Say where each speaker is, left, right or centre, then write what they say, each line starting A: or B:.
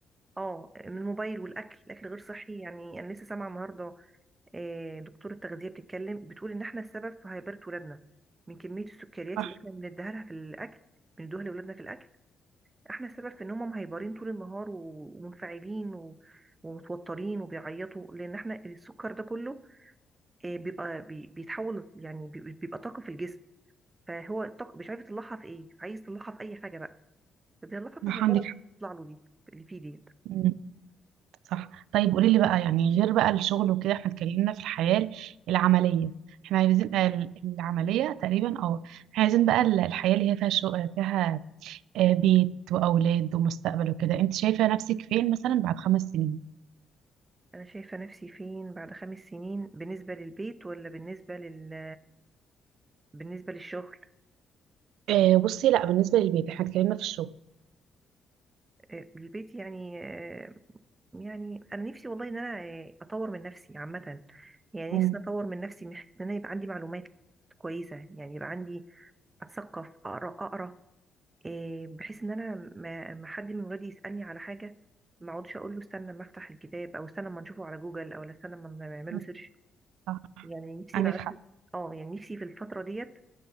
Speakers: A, on the right (about 25°); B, on the right (about 85°).
A: اه من الموبايل والاكل الاكل غير صحي يعني انا لسه سامعه النهارده آه، دكتور التغذيه بتتكلم بتقول ان احنا السبب في هيبره ولادنا من كميه السكريات
B: صح
A: اللي احنا بنديها لها في الاكل بندوها لاولادنا في الاكل احنا السبب في ان هم مهيبرين طول النهار و- ومنفعلين و... ومتوترين وبيعيطوا لان احنا السكر ده كله آه، بيبقى بي- بيتحول يعني بي- بيبقى طاقه في الجسم فهو الطاقه مش عارف يطلعها في ايه عايز يطلعها في اي حاجه بقى فبيطلعها في
B: صح
A: الهيبره
B: عندك
A: اللي
B: حق
A: بتطلع له دي اللي فيه ديت
B: مم. صح طيب قولي لي بقى يعني غير بقى الشغل وكده احنا اتكلمنا في الحياة العملية احنا عايزين آه، ال- العملية تقريبا اه احنا عايزين بقى ال- الحياة اللي هي فيها شغل فيها آه، بيت وأولاد ومستقبل وكده انت شايفة نفسك فين مثلا بعد خمس سنين
A: انا شايفه نفسي فين بعد خمس سنين بالنسبه للبيت ولا بالنسبه لل بالنسبه للشغل
B: مم. آه بصي لا بالنسبة للبيت احنا اتكلمنا في الشغل
A: آه، البيت يعني آه، يعني انا نفسي والله ان انا آه، اطور من نفسي عامه يعني
B: مم.
A: نفسي اطور من نفسي من حته ان انا يبقى عندي معلومات كويسه يعني يبقى عندي اتثقف اقرا اقرا آه، بحيث ان انا ما ما حد من ولادي يسالني على حاجه ما اقعدش اقول له استنى اما افتح الكتاب او استنى اما نشوفه على جوجل او استنى اما نعمله
B: مم.
A: سيرش
B: صح
A: يعني نفسي
B: عندك
A: يبقى عندي
B: حق
A: اه يعني نفسي في الفتره ديت